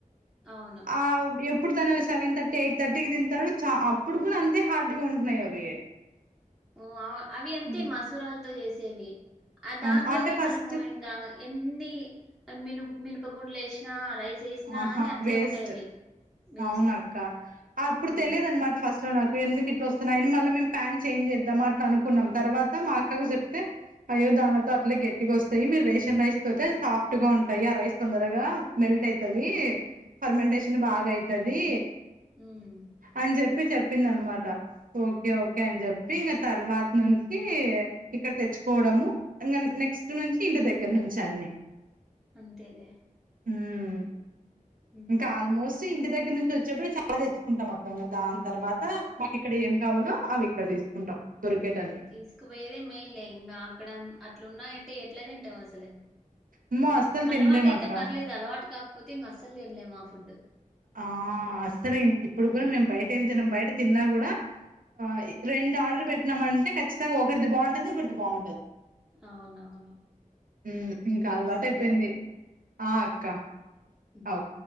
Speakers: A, in the centre; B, on the right.
A: అవును
B: ఆ ఎప్పుడు తను సెవెన్ థర్టీ ఎయిట్ థర్టీ కి తింటాడు చ అప్పుడు కూడా అంతే హార్డ్ గా ఉంటన్నాయి అవి
A: హుమ్ అవి అంతే
B: హ్మ్.
A: మసూరాలతో చేసేవి ఆ దాంట్లోకి
B: అం అంటే ఫస్ట్
A: మనము ఇంగ ఎన్ని మిను మినపగుండ్లు ఏషిన రైస్ చేసినా
B: ఆహా
A: గాని అట్లే
B: వేస్ట్
A: ఉంటాయి అవి వేస్ట్
B: అవునక్క అప్పుడు
A: ఉమ్
B: తెలియదు అనమాట ఫస్ట్ లో నాకు ఎందుకు ఇట్లా వస్తున్నాయని మళ్ళా మేము ప్యాన్ చేంజ్ చేద్దాం అట్లా అనుకున్నాం తర్వాత మా అక్కకు చెప్తే అయ్యో దాన్లతో అట్లే గట్టిగా వస్తాయి మీరు రేషన్ రైస్ తోతే సాఫ్ట్ గా ఉంటాయి ఆ రైస్ తొందరగా మెల్ట్ అయితది ఫర్మెంటేషన్ బాగా అయితది
A: హుమ్
B: అన్ చెప్పి చెప్పిందనమాట ఓకే
A: అవును
B: ఓకే అని చెప్పి ఇంక తర్వాత నుంచి ఇక్కడ తెచ్చుకోవడము ఇంక నెక్స్ట్ నుంచి ఇంటి దగ్గర నుంచే అన్ని
A: అంతేలే
B: ఉమ్
A: హుమ్
B: ఇంకా ఆల్మోస్ట్ ఇంటి దగ్గర నుంచి వచ్చేప్పుడు చాలా తెచ్చుకుంటాం అక్క ఇంగ దాని తర్వాత మాకు ఇక్కడ ఏం కావాలో అవి ఇక్కడ తీసుకుంటాం దొరికేటట్టు
A: తీసుకుపోయేదే మేల్లే ఇంకా అక్కడ అట్ల ఉన్నాయంటే ఎట్లా తింటావు అసలు
B: అమ్మో అస్సలు
A: అలవాటైతే
B: తినలేం అక్క
A: పర్లేదు అలవాటు కాకపోతే ఇంకా అస్సలు తినలేము ఆ ఫుడ్
B: ఆ అస్సలు ఇప్పుడు కూడా మేము బయట ఏం తినం బయట తిన్నా కూడా ఆ ఇ రెండు ఆర్డర్ పెట్టినామంటే ఖచ్చితంగా ఒకరిది బాగుంటది ఇంకొకరిది బాగుండదు
A: అవునవును
B: హుమ్ ఇంకా అలవాటు
A: సరే
B: అయిపోయింది
A: అన్న
B: ఆ అక్క
A: ఉమ్.
B: అవ్